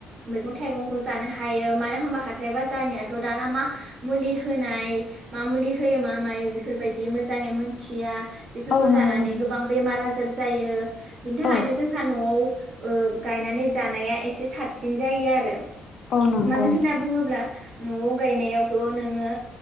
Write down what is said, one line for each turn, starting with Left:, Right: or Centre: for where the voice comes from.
Right: मैगं थाइगंखौ जानो हायो मानो होमबा हााथाइ बाजारनिथ' दाना मा मुलि होनाय मा मुलि होयो मा मायो बेफोर बायदि मोजां मोजाङै मोनथिया बेफोरखौ
Left: औ नंगौ
Right: जानानै
Left: नोंथां
Right: गोबां बेमार आजार जायो बिनि थाखायनो
Left: औ
Right: जोंहा न'आव ओ गायनानै जानाया एसे साबसिन जायो आरो
Left: औ नंगौ
Right: मानो
Left: नोंथां।
Right: होनना बुङोब्ला न'आव गायनायावथ' नोङो